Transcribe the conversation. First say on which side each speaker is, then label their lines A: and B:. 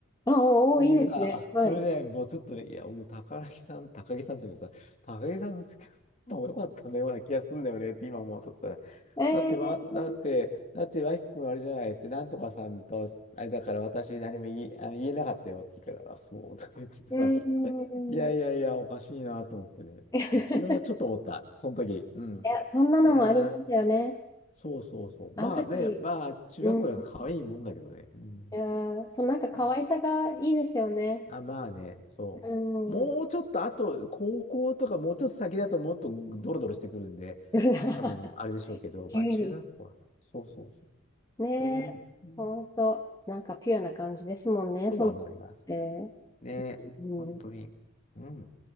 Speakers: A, on the left; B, on the left.
A: あーおーいいですね。
B: それでさ、あ、
A: はい。
B: それでボツッとで、いや、僕、高木さん、高木さんじゃなくさ、高木さんの好きな方も良かったんだような気がすんだよねって今思うとったら、
A: えー、
B: だって、ま、だって、だって、ワイキ君あれじゃないですって、なんとかさんと、あれだから私何も言い、あの言えなかったよって言うから、あ、そうとか言ってさ、
A: うん。
B: いやいやいや、
A: <laughs>
B: おかしいなと思ってね。
A: い
B: そう、それはちょっと思った、その時。うん。
A: や、そんなのもありますよね。
B: いやー、そうそうそう。
A: あの時、
B: まあね、まあ、中学校だから可愛いもんだけどね。
A: うん。い
B: うん。
A: やー、そのなんか可愛さがいいですよね。
B: そうあ、まあね、そう。
A: うん。
B: もうちょっと、あと、高校とかもうちょっと先だともっとドロドロしてくるんで、
A: 夜が
B: 多分あれでしょうけど、
A: <laughs> 急に。
B: まあ中学校は、そうそうそう、
A: ねえ。
B: そう思う、うん
A: ほんと。なんかピュアな感じですもんね、
B: とは思います。
A: そのって。
B: ね、
A: うん。
B: 本当に。うん。